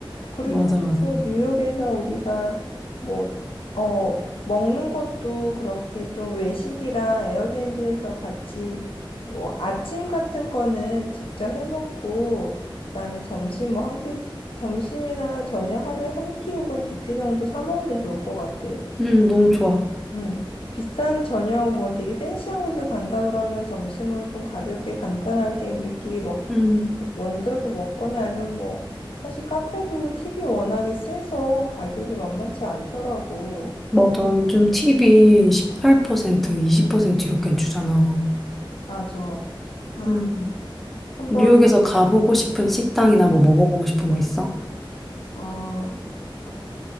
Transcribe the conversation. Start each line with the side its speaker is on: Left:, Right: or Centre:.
Left: 그리고
Centre: 맞아 맞아.
Left: 또 뉴욕에서 우리가 뭐, 어, 먹는 것도 그렇게 좀 외식이랑 에어비앤비에서 같이 뭐 아침 같은 거는 직접 해 먹고, 그다음에 점심 뭐 한 끼, 점심이나 저녁 하루에 한 끼 혹은 두 끼 정도 사 먹으면 좋을 것 같아.
Centre: 음 너무 좋아.
Left: 음, 비싼 저녁 뭐 되게 팬시한 곳을 간다 그러면 점심은 좀 가볍게 간단하게 우리끼리 먹
Centre: 음
Left: 만들어서 먹거나 하면 뭐 사실 카페도 팁이 워낙에 세서 가격이 만만치 않더라고.
Centre: 맞아. 요즘 TV 18% 20% 이렇게 주잖아.
Left: 맞아. 아,
Centre: 음.
Left: 한번
Centre: 뉴욕에서 가보고 싶은 식당이나 뭐 먹어보고 싶은 거 있어?
Left: 어 가보.